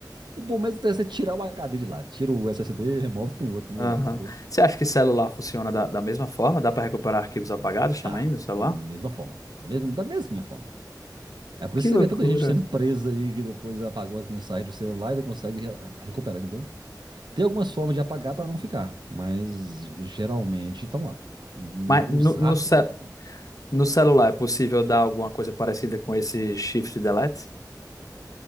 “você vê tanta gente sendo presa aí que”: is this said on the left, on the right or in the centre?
Right